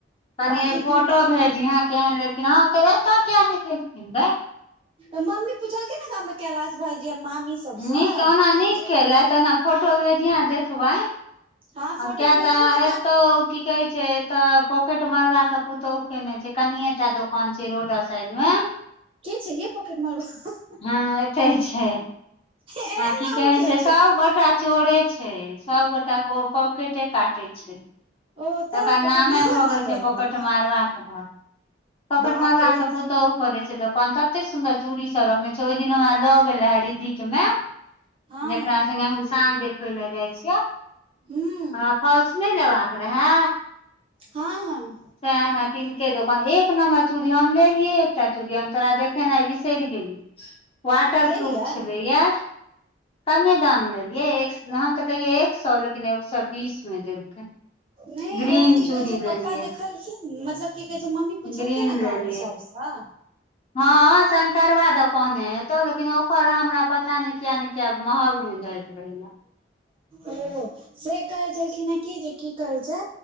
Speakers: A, on the left; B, on the right.
A: कनिय
B: बाकी
A: फोटो
B: दूटा
A: भेजीहा
B: ने
A: केहन लेलखिन ह तऽ एतऽ किया नै लेलखिन गै
B: मम्मी पुछलखिन ने गाम मे कैलाश भाजी आ मामी सबसँ
A: नीक ओना नीक
B: जे
A: केलै तऽ ओना फोटो। भेजहे देखबै
B: हँ
A: किया
B: फोटो भेजब
A: तऽ एना
B: ने
A: एतो कि की कह छै एतऽ पॉकेट मरबा के पुतोहु केने छै कनिए टा दोकान छै रोड साइड मे।
B: के छै यै पॉकेट मारवा
A: हँ एतै छै आ
B: एहन
A: की
B: नाम
A: कहे
B: किया
A: छै सबगोट सबोटा चोरे छै सबगोटा पॉकेटे काटे छै
B: ओ तैं
A: तऽकर
B: पॉकेट
A: नामे
B: मारबा
A: भऽ
B: नाम
A: गेल छै
B: राखि
A: पोकट
B: देलियै
A: मारबाकघर पॉकेट
B: बाप
A: मारबा
B: रे
A: के
B: दी
A: पूतौह करै छै दोकान तऽते सुन्दर चूड़ी सब रखने छै ओहि दिन हमरा ल गेल है रिद्धिके मेए
B: हँ
A: जकरा संगे हम साँझ देखबै ल जाय छियौ हमरा
B: हूं
A: फल्स नय लेबाक रहे
B: हँ हँ।
A: सेहे तीनके दोकान एक नम्बर चूड़ी हम लेलियै एकटा चू। ड़ी हम तोरा देखेनाइ बिसैर गेलिय वाटरप्रूफ
B: लेलियै
A: छेलैयए
B: हूं
A: कमे दाम लेलियै एक हम तऽ कहियए एक सो लेकिन एक सौ बीस मे देलकै।
B: नै
A: ग्रीन
B: ओ की
A: चूड़ी
B: कहे छै
A: लेलियै
B: पप्पा देखलखिन मतलब की कहे छै मम्मी पुछलकै
A: ग्रीन
B: ने गांवं
A: लेलियै
B: सब--स हँ
A: हँ शंकरबा द कहने हेतौ लेकिन ओकर हमरा पता नै किया ने किया महग बुझै <inaudible>
B: ओ से कहै छल कि न कि जे कि कहै छै